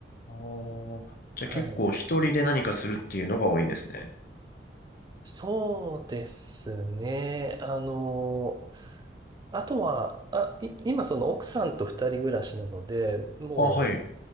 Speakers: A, on the left; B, on the right.
A: ああ、
B: はい。
A: じゃあ結構一人で何かするっていうのが多いんですね。
B: そうですね。あの、あとは、あ、い今その奥さんと二人暮らしなので、も
A: あ、はい。